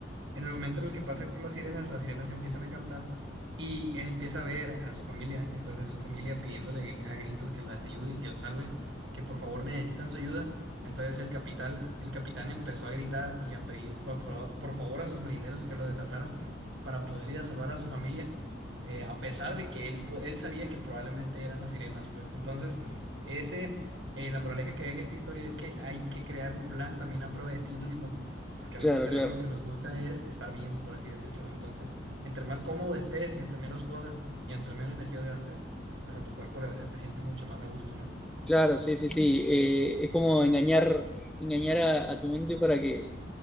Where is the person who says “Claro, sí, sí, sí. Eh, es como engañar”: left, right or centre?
Centre